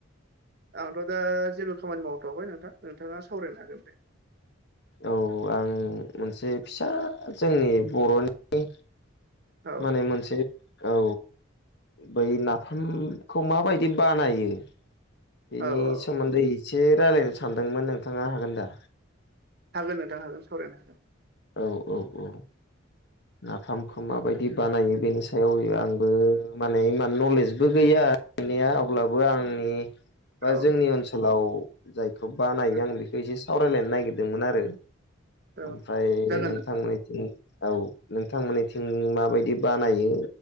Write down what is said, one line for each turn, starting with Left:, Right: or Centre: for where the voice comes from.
Right: आंथ' दा जेबो खामानि मावथ'वाखै नोंथां नोंथाङा सावरायनो हागोन दे
Left: औ आं मोनसे फिसा जोंनि बर'नि
Right: औ
Left: माने मोनसे औ बै नाफामखौ माबायदि बानायो बेनि
Right: औ औ
Left: सोमोन्दै एसे रायज्लायनो सानदोंमोन नोंथाङा हागोन दा
Right: हागोन नोंथां हागोन सावरायनो हागोन
Left: औ औ औ नाफाम खौ माबायदि बानायो बेनि सायाव आंबो माने इमान नलेजबो गैया मोननाया अब्लाबो आंनि बा
Right: औ
Left: जोंनि ओनसोलाव जायखौ बानायो
Right: उम
Left: आं बेखौ एसे सावरायलायनो नायगिरदोंमोन आरो
Right: औ
Left: ओमफ्राय
Right: जागोन
Left: नोंथांमोननिथिं
Right: नोंथां
Left: औ नोंथांमोननिथिं माबायदि बानायो